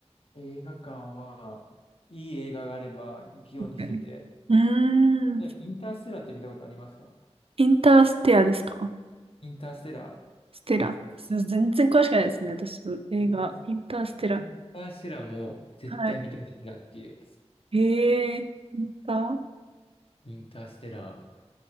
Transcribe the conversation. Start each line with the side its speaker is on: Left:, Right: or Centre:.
Left: 映画館は、いい映画があれば行くようにしてて。
Right: うんうーん、
Left: えインターステラーって見たことありますか
Right: インターステラですか
Left: インターステラー。
Right: ステラ。そう全然詳しくないですね、私、映画。
Left: あ
Right: インターステラ。
Left: インターステラーも絶対見てほしいなっていう。
Right: はい。えー、インター
Left: インターステラー。